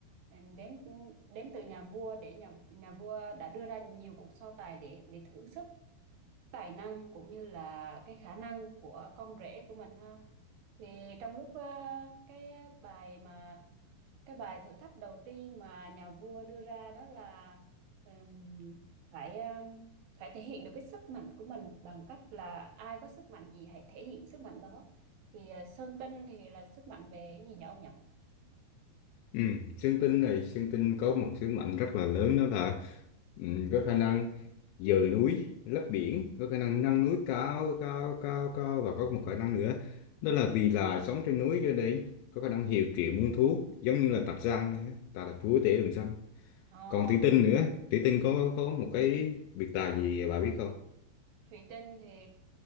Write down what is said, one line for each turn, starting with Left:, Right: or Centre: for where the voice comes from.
Right: ừ, đến đến từ nhà vua để nhà nhà vua đã đưa ra nhiều cuộc so tài để để thử sức tài năng cũng như là cái khả năng của con rể của mình ha. Thì trong lúc ờ, cái bài mà cái bài thử thách đầu tiên mà nhà vua đưa ra đó là ừm, phải ừm, phải thể hiện được cái sức mạnh của mình bằng cách là ai có sức mạnh gì hãy thể hiện sức mạnh đó thì ờ, sơn tinh thì là sức mạnh về cái gì nhỉ ông nhỉ
Left: Ừ, Sơn Tinh này, Sơn Tinh có một sứ mệnh rất là lớn đó là ừ, có khả năng dời núi, lấp biển, có khả năng nâng núi cao, cao, cao, cao và có một khả năng nữa đó là vì là sống trên núi cho nên có khả năng hiệu triệu muôn thú giống như là Tạc Giang này, á, ta là chúa tể rừng xanh.
Right: Ờ,
Left: Còn Thủy Tinh nữa, Thủy Tinh có có một cái biệt tài gì bà biết không?
Right: thủy tinh thì